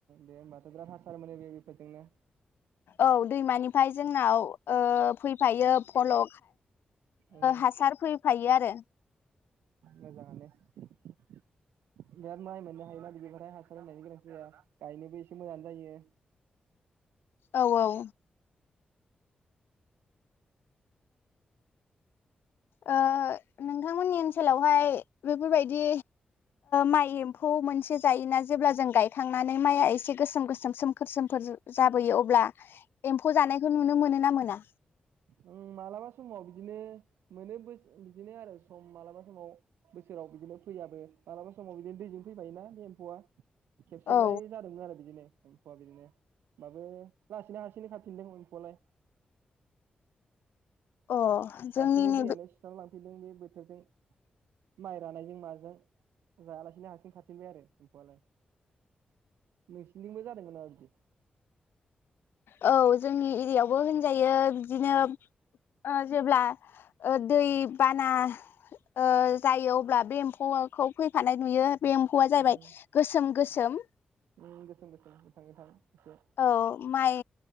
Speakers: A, on the right; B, on the left.
A: दे होमबाथ' बिराद हासार मोनो बे बेफोरजोंनो
B: औ दैमानिफ्राय जोंनाव ओ फैफायो फल' ओ
A: ए
B: हासार फैफायो आरो
A: मोजाङानो बिराद माइ मोननो हायोना बिदिफोरहाय हासार होननायनि गोनांथि जाया गायनोबो एसे मोजाङानो जायो
B: औ औ ओ नोंथांमोननि ओनसोलावहाय बेफोरबायदि माइ एम्फौ मोनसे जायोना जेब्ला जों गायखांनानै माइआ एसे गोसोम गोसोम सोमखोर सोमखोर जाबोयो अब्ला एम्फौ जानायखौ नुनो मोनो ना मोना
A: ओ मालाबा समाव बिदिनो मोनो बिदिनो आरो सम मालाबा समाव बोसोराव बिदिनो फैयाबो मालाबा समाव बिदिनो दैजों फैफायोना बे एम्फौआ खेबसेलाय
B: औ
A: जादोंमोन आरो बिदिनो एम्फौआ बिदिनो ओमबाबो लासैनो हारसिंनो खाफिनदों एम्फौआलाय <unintelligible>
B: अ
A: <unintelligible>
B: जोंनि नैबे
A: बे बोथोरजों माइ नानायजों माजों जायालासिनो हारसिं खाफिनबाय आरो एम्फौआलाय नोंसिरथिंबो जादों नामा बिदि
B: औ जोंनि एरियायावबो होनजायो बिदिनो ओ जेब्ला दै बाना ओ जायो अब्ला बे एम्फौखौ फैफानाय नुयो बे एम्फौआ जाहैबाय
A: ओम
B: गोसोम गोसोम
A: गोसोम गोसोम गोथां गोथां एसे
B: औ माइ